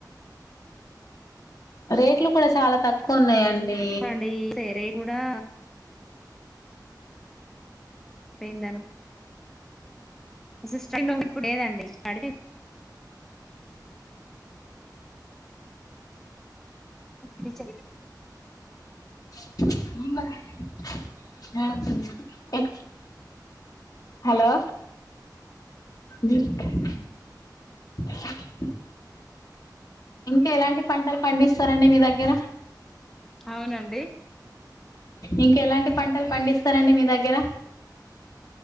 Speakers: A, on the left; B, in the centre.
A: రేట్లు కూడా చాలా తక్కువ ఉన్నాయంండి
B: అవునండి రేట్ కూడా అపోయిందనుంట అష్టంగా ఇప్పుడు ఏదండిడింది విచ
A: <inaudible> మేనత్తలు <inaudible> హలో <inaudible> <inaudible> ఇంకా ఎలాంటి పంటలు పండిస్తారండి మీ దగ్గర
B: అవునండి
A: ఇంక ఎలాంటి పంటలు పండిస్తారండి మీ దగ్గర